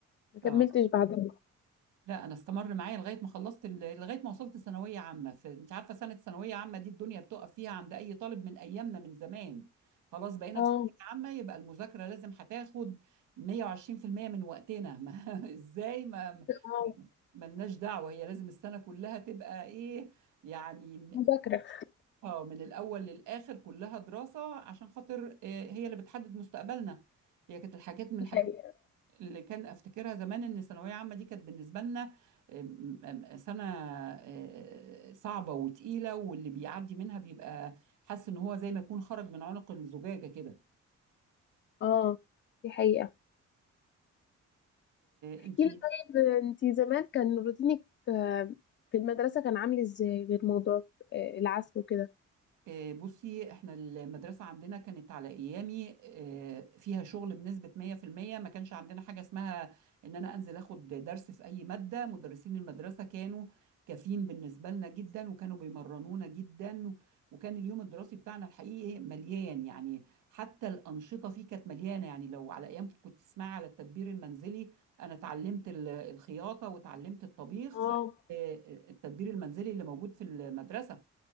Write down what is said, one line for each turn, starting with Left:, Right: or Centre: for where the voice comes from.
Left: ما كملتش
Right: اه
Left: بعدها
Right: لا انا استمر معايا لغاية ما خلصت ال- لغاية ما وصلت ثانوية عامة ف... انت عارفة سنة ثانوية عامة دي الدنيا بتقف فيها عند اي طالب من ايامنا من زمان خلاص بقينا
Left: اه
Right: في ثانوية عامة يبقى المذاكرة لازم هتاخد 120% من وقتنا ما... <laughs> ازاي ما
Left: اه
Right: ما- ملناش دعوة هي لازم السنة كلها تبقى ايه يعني
Left: مذاكرة
Right: اه من الاول للاخر كلها دراسه عشان خاطر آه، هي اللي بتحدد مستقبلنا هي كانت الحاجات من
Left: دي
Right: الحاجات
Left: حقيقة
Right: اللي كان افتكرها زمان ان الثانويه عامه دي كانت بالنسبه لنا آم، آم، سنه آه، صعبه وتقيله واللي بيعدي منها بيبقى حاسس ان هو زي ما يكون خرج من عنق الزجاجه كده
Left: اه دي حقيقة احكي
Right: انت
Left: لي طيب آه، أنتي زمان كان روتينك آه، في المدرسة كان عامل إزاي غير موضوع آه، العزف وكده
Right: آه، بصي احنا المدرسة عندنا كانت على ايامي آه، فيها شغل بنسبة 100% ما كانش عندنا حاجة اسمها ان انا انزل اخد درس في اي مادة مدرسين المدرسة كانوا كافيين بالنسبة لنا جدا وكانوا بيمرنونا جدا وكان اليوم الدراسي بتاعنا الحقيقي مليان يعني حتى الأنشطة فيه كانت مليانة يعني لو على ايامكم كنت تسمعي على التدبير المنزلي انا اتعلمت ال- الخياطة وتعلمت الطبيخ
Left: اه
Right: ف- آه، آه، التدبير المنزلي اللي موجود في المدرسة